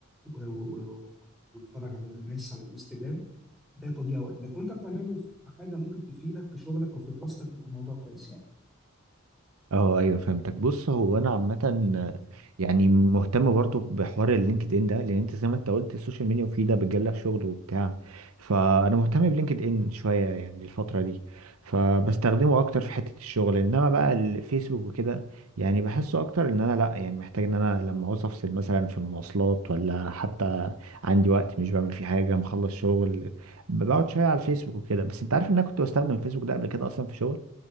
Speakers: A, in the centre; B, on the right.
A: و... و... و... وتتفرج على ناس على الانستجرام ده تضييع وقت لكن انت بتعمله في حاجه ممكن تفيدك في شغلك او في دراستك بيبقى الموضوع كويس يعني
B: اه ايوه فهمتك بص هو انا عامه آه، يعني مهتم برضو بحوار اللينكد ان ده لان انت زي ما انت قلت السوشيال ميديا مفيده بتجيب لك شغل وبتاع فانا مهتم بلينكد ان شويه يعني الفتره دي فبستخدمه اكتر في حته الشغل انما بقى الفيسبوك وكده يعني بحسه اكتر ان انا لا يعني محتاج ان انا لما عاوز افصل مثلا في المواصلات ولا حتى عندي وقت مش بعمل فيه حاجه مخلص شغل بقعد شويه على الفيسبوك وكده بس انت عارف ان انا كنت بستخدم الفيسبوك ده قبل كده اصلا في شغل